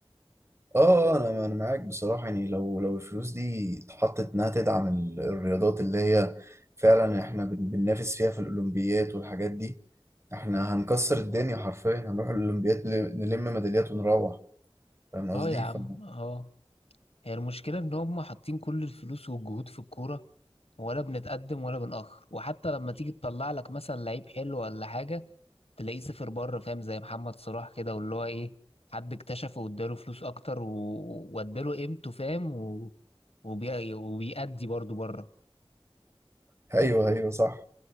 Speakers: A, on the right; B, on the left.
A: اه انا انا معاك بصراحه يعني لو لو الفلوس دي اتحطت انها تدعم ال- الرياضات اللي هي فعلا احنا بن- بننافس فيها في الاولمبيات والحاجات دي احنا هنكسر الدنيا حرفيا هنروح الاولمبيات ل- نلم ميداليات ونروح فاهم قصدي
B: اه يا عم
A: ف...
B: اه هي المشكلة ان هم حاطين كل الفلوس والجهود في الكورة ولا بنتقدم ولا بنأخر وحتى لما تيجي تطلع لك مثلا لعيب حلو ولا حاجة تلاقيه صفر بره فاهم زي محمد صلاح كده واللي هو ايه حد اكتشفه واداله فلوس اكتر و- واداله قيمته فاهم و... وبي... وبيأدي برضه بره
A: <laughs> ايوه ايوه صح